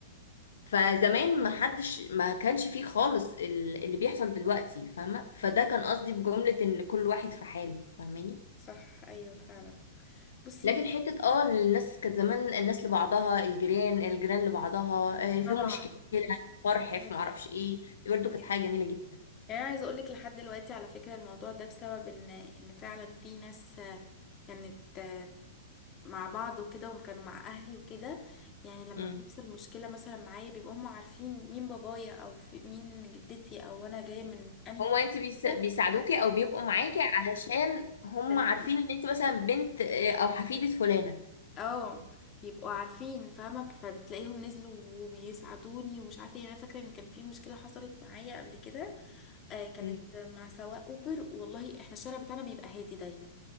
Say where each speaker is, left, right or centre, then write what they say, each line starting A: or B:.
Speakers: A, on the left; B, on the left.
A: فزمان ما حدش ما كانش فيه خالص ال- اللي بيحصل دلوقتي فاهمه فده كان قصدي بجمله ان كل واحد في حاله فاهماني
B: صح ايوه فعلا بصي
A: لكن
B: مش
A: حتة اه ان الناس كانت زمان الناس لبعضها الجيران الجيران لبعضها آه، في
B: طبعا
A: مشكلة فرح
B: آه.
A: في معرفش ايه دي برضه كانت
B: يعني
A: حاجة جميلة جدا
B: انا عايزه اقول لك لحد دلوقتي على فكره الموضوع ده بسبب ان ان فعلا في ناس آه، كانت آه، مع بعض وكده وكانوا مع اهلي وكده يعني لما
A: مم.
B: بيحصل مشكله مثلا معايا بيبقوا هم عارفين مين بابايا او في مين جدتي او انا جايه من انهي
A: هما انت بيس-
B: كده
A: بيساعدوكي او بيبقوا معاكي علشان هم
B: اه
A: عارفين ان انت مثلا بنت آه، او حفيدة فلانة
B: اه بيبقوا عارفين فاهمة فبتلاقيهم نزلوا وبيساعدوني ومش عارفة ايه انا فاكرة ان كان في مشكلة حصلت معايا قبل كده آه كانت
A: مم.
B: مع سواق اوبر والله احنا الشارع بتاعنا بيبقى هادي دايما